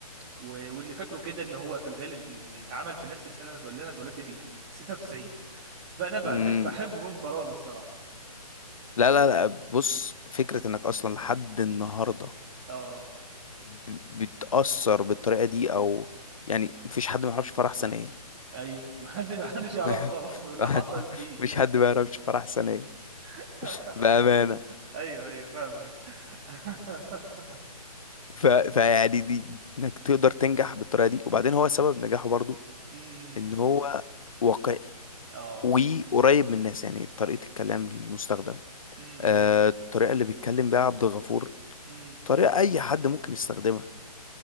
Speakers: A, on the right (about 20°); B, on the left (about 55°).
A: و- واللي فاكره كده ان هو في الغالب إن اتعمل في نفس السنه اللي انا اتولدت فيها 96 فانا بقى
B: مم.
A: مش بحبه من فراغ الصراحه
B: لا لا لا بص فكرة انك اصلا لحد النهاردة
A: اه
B: ب... بتأثر بالطريقة دي او يعني مفيش حد ما يعرفش فرح سنية
A: ايوه ما حد ما حدش
B: <laughs>
A: يعرفه طبعا <laughs> واللي حصل فيه
B: مفيش حد ما يعرفش فرح سنية
A: <laughs>
B: بأمانة
A: ايوه ايوه فاهمك <laughs>
B: ف... فيعني دي انك تقدر تنجح بالطريقه دي وبعدين هو سبب نجاحه برضو
A: امم
B: ان هو واقعي
A: اه
B: وقريب من الناس يعني طريقه الكلام المستخدم
A: امم
B: آه الطريقه اللي بيتكلم بيها عبد الغفور
A: امم
B: طريقه اي حد ممكن يستخدمها